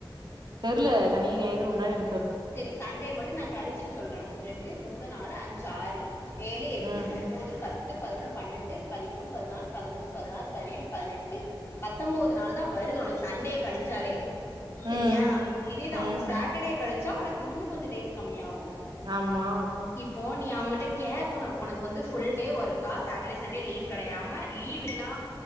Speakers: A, on the right; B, on the left.
A: தெரில சனி ஞாயிறு உண்டானு என
B: சேரி சண்டே மட்டும் நா கழிச்சுட்டு சொல்றேன் ஒன்னு ரெண்டு மூணு நாலு அஞ்சு ஆறு ஏழு எட்டு
A: ம்
B: ஒம்போது பத் து பதினொன்னு பன்னெண்டு பதிமூணு பதினாலு பதினஞ்சு பதினாறு பதினேழு பதினெட்டு பத்தொம்பது நாள் தான் வரு து உனக்கு சண்டே கழிச்சாலே செரியா
A: ம்
B: இதேயிது
A: ம்
B: அவுங்க சட்டர்டே கழிச்சா உனக்கு இன்னு கொஞ்ச டேஸ் கம்மியாகும்
A: ஆமா
B: போ நீ அவுங்கிட்ட கேக்கணு உனக்கு வந்து ஃபுல் டே ஒர்க்கா சாட்டர்டே சண்டே லீவ் கிடையாம லீவ் இல்லா